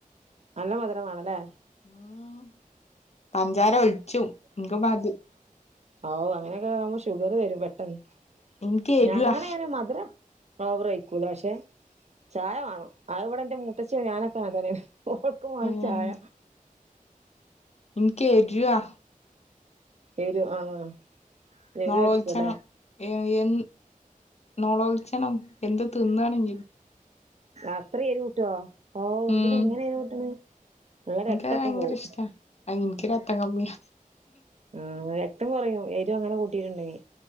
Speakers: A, on the right; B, on the left.
A: നല്ല മധുരം വേണലേ
B: ഉം പഞ്ചാര ഒലിച്ചും ഇനിക്ക് മതി
A: ഔ അങ്ങനെക്കെ ആമ്പോ ഷുഗറ് വരും പെട്ടെന്ന്
B: ഇൻക്ക് എരുവാ
A: ഞങ്ങനെ ഞാന് മധുരം ഓവറയിക്കൂല പക്ഷെ ചായവാണം ആവിടെ എന്റെ മൂത്തച്ഛിം ഞാനെക്കെ അങ്ങനതന്നേണ് ഓർക്കും വേണം
B: ഉം
A: ചായ
B: ഇനിക്ക് എരുവാ
A: എരു ആഹ്
B: <unintelligible>
A: എരുവാ ഇഷ്ടല്ലേ
B: ഏ എ നോളോളിച്ചണം എന്ത് തിന്നാണെങ്കിലു
A: അത്രെ എരി ഊട്ടുവോ ഓ എന്തിനാ
B: ഉം
A: ഇങ്ങനെ എരി ഊട്ടണെ നല്ല
B: ഇൻക്കത്
A: രക്തക്കെ
B: ഭയങ്കര
A: പോവും
B: ഇഷ്ടാ അത് ഇൻക്ക് രക്തം കമ്മിയാ
A: ഉം ആങ്ങനെ ക്തം കൊറയും എരിവങ്ങനെ കൂട്ടട്ടുണ്ടെങ്ങി